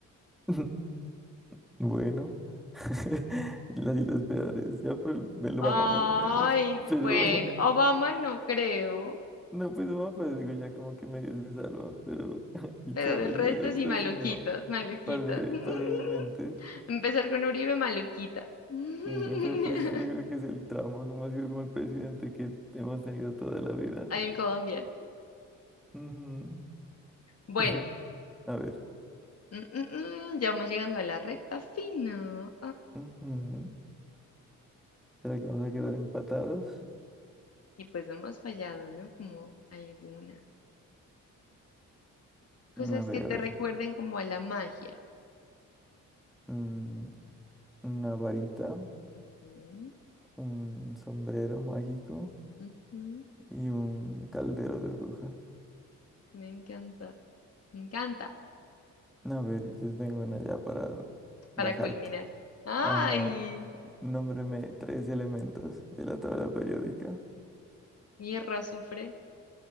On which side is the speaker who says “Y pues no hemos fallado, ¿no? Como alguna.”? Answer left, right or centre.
Left